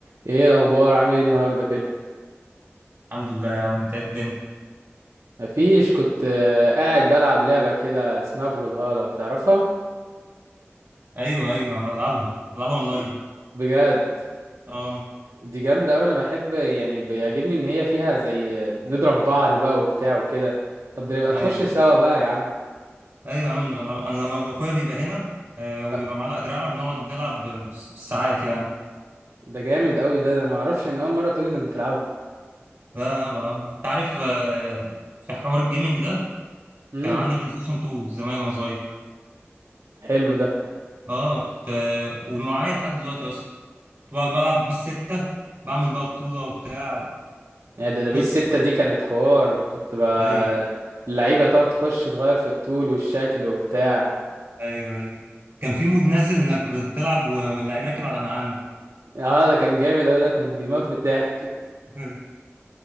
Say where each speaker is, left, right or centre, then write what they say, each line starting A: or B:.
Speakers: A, on the right; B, on the right.
A: ايه الاخبار عامل ايه النهارده كده
B: الحمد لله يا عم انت ايه الدنيا
A: مفيش كنت آه، قاعد بلعب لعبه كده اسمها برولهالا تعرفها
B: ايوه ايوه انا بلعبها بلعبها اونلاين
A: بج- بجد
B: اه
A: دي جامده قوي انا بحب يعني بيعجبني ان هي فيها زي آه، نضرب بعض بقى وبتاع وكده طب ده نبقى نخش
B: ايوه
A: سوا بقى يا عم
B: ايوه يا عم انا بلعب- انا لما اخويا بيبقى هنا آه وبيبقى
A: أ-
B: معلقه دراعه بنقعد نلعب بس- بالساعات يعني
A: ده جامد قوي ده, ده انا ما اعرفش ان اول مره تقولي انك بتلعبها
B: لا لا بلعب انت عارف آه في حوار الجيمنج ده
A: امم
B: كان عندي بلاي ستيشن 2 زمان وانا صغير
A: حلو ده
B: اه كنت آه ومعايا لحد دلوقتي اصلا كنت بقعد بلعب بيه الستة بعمل بقى بطوله وبتاع
A: يعني ده, ده بيس
B: قصه
A: ستة دي كانت حوار كنت بقى
B: ايوه
A: اللعيبه تقعد تخش تغير في الطول والشكل وبتاع
B: ايوه ايوه كان في مود نازل انك بتلعب و- واللعيب راكب على نعامه
A: اه ده كان جامد قوي ده كان
B: <laughs>
A: بيموت من الضحك
B: آه.